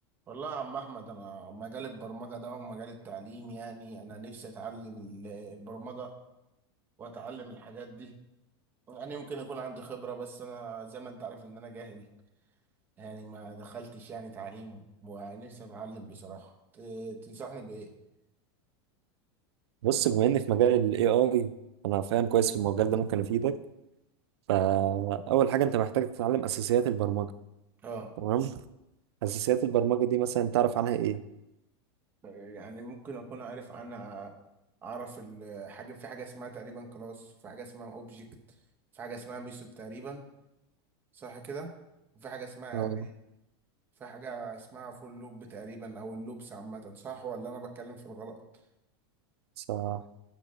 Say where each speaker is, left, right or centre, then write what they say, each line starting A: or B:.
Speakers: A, on the right (about 15°); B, on the right (about 90°).
A: والله يا عم احمد انا مجال البرمجه ده ومجال التعليم يعني انا نفسي اتعلم ال- البرمجه واتعلم الحاجات دي يعني يمكن يكون عندي خبره بس انا زي ما انت عارف ان انا جاهل يعني ما دخلتش يعني تعليم ونفسي اتعلم بصراحه ت- تنصحني بايه
B: بص بما اني في مجال الاي اي انا فاهم كويس في المجال ده ممكن افيدك فاول حاجه انت محتاج تتعلم اساسيات البرمجه
A: اه
B: تمام اساسيات البرمجه دي مثلا تعرف عنها ايه
A: يعني ممكن اكون عارف انا اعرف الحاجه في حاجه اسمها تقريبا كلاس في حاجه اسمها اوبجكت في حاجه اسمها ميثود تقريبا صح كده وفي حاجه اسمها
B: اه
A: array في حاجة اسمها فور لوب تقريبا أو اللوبس عامة صح ولا أنا بتكلم في الغلط؟
B: صح